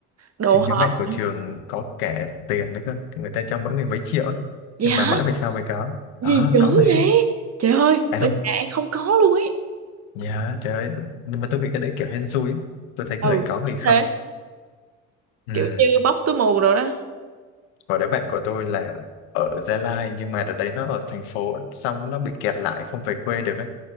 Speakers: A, on the right; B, on the left.
A: đồ
B: thì
A: hộp
B: nhóm bạn của trường có kẻ tiền đấy cơ người ta cho mỗi người mấy triệu á
A: gì
B: nhưng
A: hả
B: mà mãi về sau mới có
A: gì
B: ờ
A: dữ
B: có mà
A: vậy trời ơi
B: anh
A: bên
B: không
A: nhà An không có luôn ấy
B: Dạ trời ơi. Nhưng mà tôi nghĩ cái đấy kiểu hên xui ấy. Tôi thấy
A: ừ
B: người có người không
A: thế
B: ừ.
A: kiểu như bóc túi mù rồi đó
B: Và đấy bạn của tôi là ở Gia Lai Nhưng mà đợt đấy nó ở thành phố Xong nó bị kẹt lại không về quê được ấy